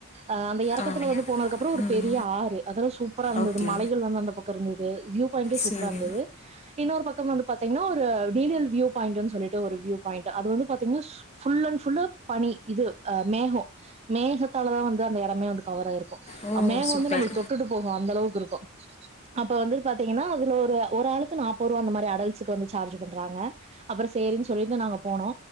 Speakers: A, on the right; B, on the left.
A: ம்ச் இந்த எறக்கத்துல
B: ஆ
A: வந்து போனதுகப்புரோ ஒரு
B: ம்
A: பெரிய ஆறு அதல்லா சூப்பரா இருந்தது
B: ஓகே
A: மலைகள் வந்து அந்த பக்கோ இருந்தது வியூ பாயிண்டே
B: சேரி
A: சூப்பரா இருந்தது இன்னொரு பக்கம் வந்து பாத்தீங்கன்னா ஒரு டீடியல் வியூ பாயிண்ட்ன்னு சொல்லிட்டு ஒரு வியூ பாயிண்ட்டு அது வந்து பாத்தீங்கன்னா சூப் புல் அண்டு புல்லு பனி இது மேகோ மேகத்தாலதா வந்து அந்த எடமே மே வந்து கவர் ஆயிருக்கு
B: ஓ
A: ஆ மேகோ
B: சூப்பர்
A: வந்து நம்மல தொட்டுட்டு போகு அந்த அளவுக்கு இருக்கு அப்ப வந்துட்டு பாத்தீங்கன்னா அதுல ஒரு ஒரு ஆளுக்கு நாப்பூர்வா அந்த மாரி அடல்ஸ்க்கு வந்து சார்ஜ் பண்றாங்க அப்புறோ சேரின்னு சொல்லிட்டு நாங்க போனோ